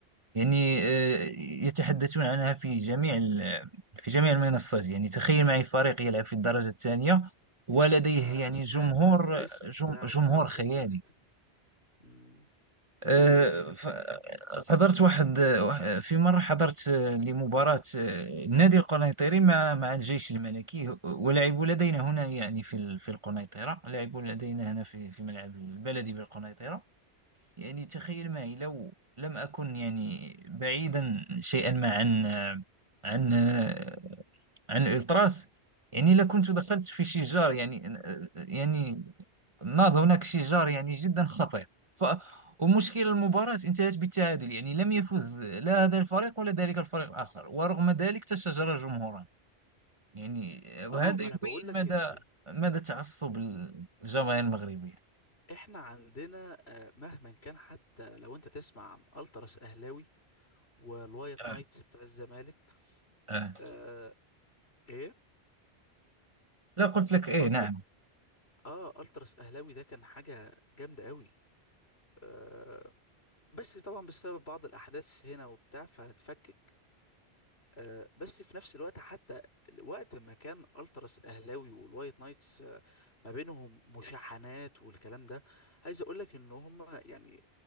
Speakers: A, on the right; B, on the left.
A: يعني آه، يتحدثون عنها في جميع ال- في جميع المنصات يعني تخيل معي فريق يلعب في الدرجة الثانية ولديه
B: ما انا
A: يعني
B: سمعت
A: جمهور
B: عن الاسم بتاعه
A: جم- جمهور
B: اه
A: خيالي
B: اكيد مم.
A: آه، ف- حضرت واحد واحد- في مرة حضرت آه، لمباراة آه، النادي القنيطري مع مع الجيش الملكي ولعبوا لدينا هنا يعني في ال- في القنيطرة لعبوا لدينا هنا في في ملعب البلدي بالقنيطرة يعني تخيل معي لو لم أكن يعني بعيدا شيئا ما عن آه، عن آه، عن الألتراس يعني لكنت دخلت في شجار يعني يعني ناض هناك شيء يعني جدا خطير ف ومشكل المباراة انتهت بالتعادل يعني لم يفز لا هذا الفريق ولا ذلك الفريق الآخر ورغم ذلك تشاجر جمهوران يعني وهذا
B: اه ما
A: يبين
B: انا بقول لك
A: مدى
B: انتوا
A: مدى تعصب الجماهير المغربية
B: احنا عندنا آه مهما كان حتى لو انت تسمع عن التراس اهلاوي والوايت
A: آه
B: نايتس بتاع الزمالك
A: آه
B: آه ايه
A: لا قلت لك ايه
B: التر
A: نعم
B: اه التراس اهلاوي ده كان حاجة جامدة قوي آه بس طبعا بسبب بعض الاحداث هنا وبتاع فهتفكك آه، بس في نفس الوقت حتى وقت ما كان التراس اهلاوي والوايت نايتس آه، ما بينهم مشاحنات والكلام ده عايز اقول لك ان هم يعني